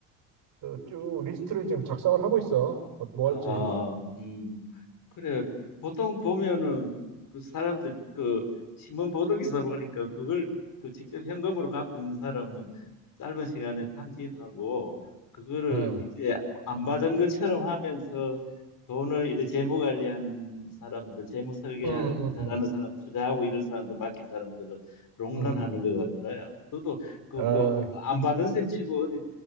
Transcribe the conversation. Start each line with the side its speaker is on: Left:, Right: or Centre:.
Right: 그쭉 리스트를 지금 작성을 하고 있어. 뭐, 뭐
Left: 아,
Right: 할지.
Left: 음, 그래. 보통 보면은 그 사람들 그 신문 보도 기사 보니까 그걸 그 직접 현금으로 갖고 있는 사람은 짧은 시간에 탕진하고 그거를
Right: 응
Left: 이제 뭐 안 받은 것처럼 하면서 돈을 이제 재무 관리하는 사람들, 재무 설계
Right: 음, 음,
Left: 잘하는
Right: 음.
Left: 사람, 투자하고 이런 사람들, 맡긴 사람들은 롱런하는
Right: 음.
Left: 것 같더라요. 저도 그
Right: 아,
Left: 뭐 안 받은 셈 치고 어디